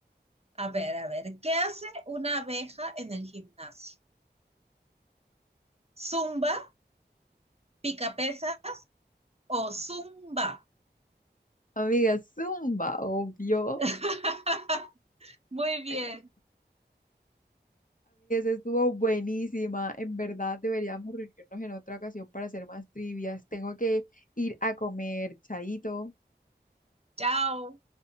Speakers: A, on the right; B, on the left.
A: A ver, a ver, ¿qué hace una abeja en el gimnasio? ¿Zumba, pica pesa o zumba?
B: Amiga, zumba, obvio.
A: <laughs> Muy bien,
B: amigas estuvo buenísima. En verdad, deberíamos reunirnos en otra ocasión para hacer más trivias. Tengo que ir a comer, chaito.
A: chao.